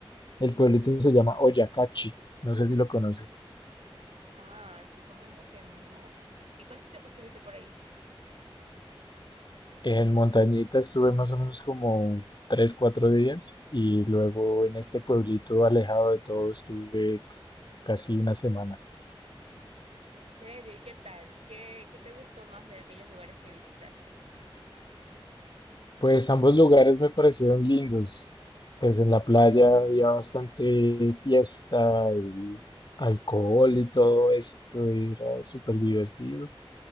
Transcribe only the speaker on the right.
Ah, te comento que no. ¿Y cuánto tiempo estuviste por ahí?
¿En serio? ¿Y qué tal? ¿Qué, qué te gustó más de aquellos lugares que visitaste?